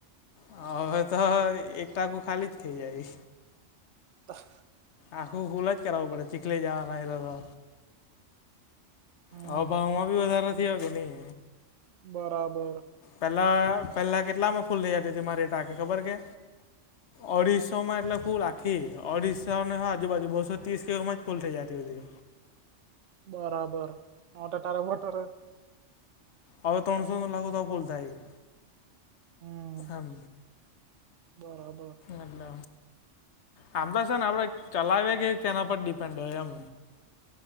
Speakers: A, on the left; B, on the right.
A: હ, હવે તો એક ટાકો ખાલી જ થઈ જાય.
B: <inaudible>
A: આખું ફૂલ જ કરાવવું પડે, ચીખલી જવાના હોય તો તો.
B: હમ
A: હવે ભાવમાં બી વધારો થીયો કેની.
B: બરાબર.
A: પેલા પેલા કેટલામાં ફૂલ થઈ જતી હતી મારી ટાંકી ખબર કે અઢીસોમાં એટલે ફુલ. ખી અઢીસો ને આજુ બાજુ બસો ત્રીસ કે એવુ માં જ ફુલ થઈ જાતી હતી.
B: બરાબર, હવે તો તારે <unintelligible>
A: હવે તણસો નું નાખું તો ફુલ થાય.
B: હમ
A: એમ
B: બરાબર.
A: એટલે, આમ તો છે ને આપણે ચલાવીએ કેવી રીતે તેના પર ડિપેન્ડ હોય એમ.